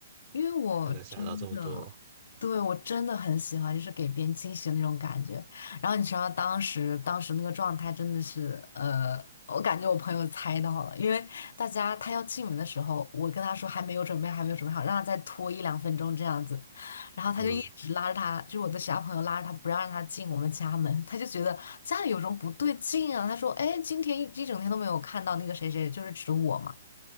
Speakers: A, on the left; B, on the right.
A: 因为我真的，
B: 就能想到这么多。
A: 对，我真的很喜欢，就是给别人惊喜的那种感觉。然后你知道当时当时那个状态真的是，呃，我感觉我朋友猜到了，因为大家他要进门的时候，我跟他说还没有准备，还没有准备好，让他再拖一两分钟这样子。然后他就一直拉着他，
B: 嗯
A: 就是我的其他朋友拉着他不让让他进我们家门，他就觉得家里有什么不对劲啊。他说，哎，今天一一整天都没有看到那个谁谁，就是指我嘛。